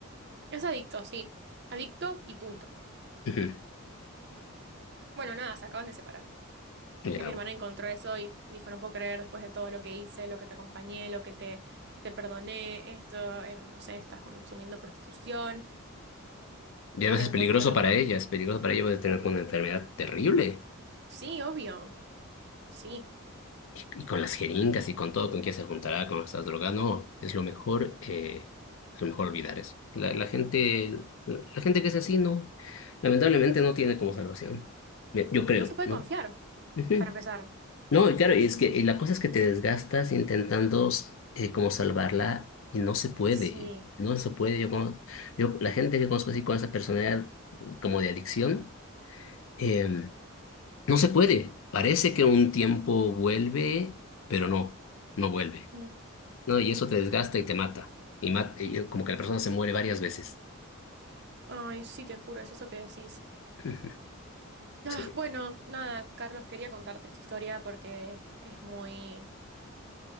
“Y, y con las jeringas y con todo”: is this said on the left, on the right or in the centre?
Left